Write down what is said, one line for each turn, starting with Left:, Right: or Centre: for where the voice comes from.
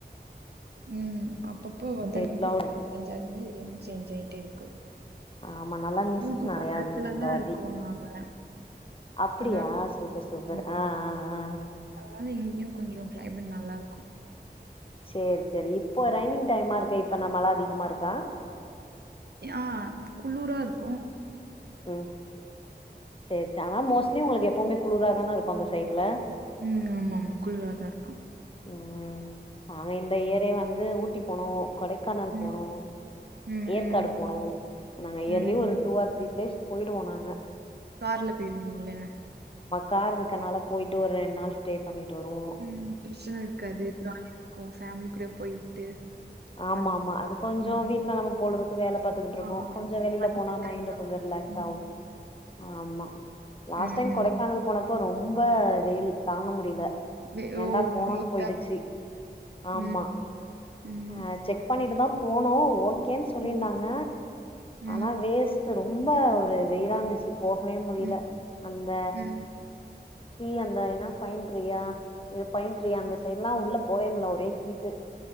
Right: ம் அப் அப்பப்போ வெதர்
Left: கேக்கலாம்.
Right: வந்து சேன்ஞ்ச் ஆகுதே தெரியாம சேன்ஞ்ச் ஆயிட்டே இருக்கூ
Left: ஆமா நல்லா மிஸ்ட்
Right: ஊட்டி
Left: நெறையா
Right: பக்கத்துல
Left: இருந்துச்சு இந்த
Right: தா
Left: வாட்டி
Right: இருக்கோ நாங்க
Left: அப்டியா
Right: அதனால
Left: சூப்பர் சூப்பர்
Right: ம்
Left: ஆ ஆ ஆ
Right: அதனால இங்யும் கொஞ்ச கிளைமேட் நல்லா இருக்கூ
Left: செரி செரி இப்போ ரைனிங் டைமா இருக்கே அப்ப மழ அதிகமா இருக்கா
Right: ஆ குளூரா இருக்கூ
Left: ம் செரி செரி ஆனா மோஸ்ட்லி உங்களுக்கு எப்பவுமே குளிரா தான இருக்கு அந்த சைடுல
Right: ம் ம் ஆமா ஆமா குளிராதா இருக்கூ
Left: ம் நாங்க இந்த இயரே வந் து ஊட்டி போனோ கொடை க்கானல்
Right: ம்
Left: போனோ
Right: ம்
Left: ஏற்காடு
Right: ம்
Left: போனோ நாங்க
Right: ம்
Left: இயர்லி ஒரு டூ ஆர் த்ரீ ப்ளேஸ் போயிடுவோனாங்க
Right: கார்ல பேயிருக்கீங்கல்ல என்ன
Left: கார் க்கனால போயிட்டு ஒரு ரெண் நாள் ஸ்டே பண்ணிட்டு வருவோ
Right: ம் பிரச்சன இருக்காது இருக்கு ஃபேமிலி கூட போயிட்டு
Left: ஆமாமா
Right: வந்
Left: அது கொஞ்சோ
Right: ம்
Left: வீட்ல நம்ம பொழுதுக்கு வேல பாத்துகிட்டு இருப்போ
Right: ஆ
Left: கொஞ்சோ வெளில போனா
Right: ரிலாக்ஸ்
Left: மைண்ட்
Right: ஆகு
Left: கொஞ்சோ ரிலாக்ஸ்
Right: ம்
Left: ஆகு ஆமா லாஸ்ட்
Right: ம்
Left: டைம்
Right: ம்
Left: கொடைக்கானல் போனப் இப்ப ரொம்ப வெயில் தாங்க முடில
Right: வெ ஓ
Left: ஏன்டா போனோனு
Right: ரொம்ப ஹீட்டா
Left: போயிடுச்சு ஆமா
Right: ம் ம்
Left: ஆ செக் பண்ணிட்டு இப்பதா போனோ ஓ இருக்கேன்னு சொல்லியிருந்தாங்க
Right: ம் ம்
Left: ஆனா வேஸ்ட்டு ரொம்ப ஒரு வெயிலான சிப் போகவே முடியல
Right: ம்
Left: அந்த
Right: ம்
Left: ட்ரீ அந்த என்ன பைன் ட்ரீயா எது பைன் ட்ரீயா அந்த சைடெல்லா உள்ள போயம்ல ஒரே ஹீட்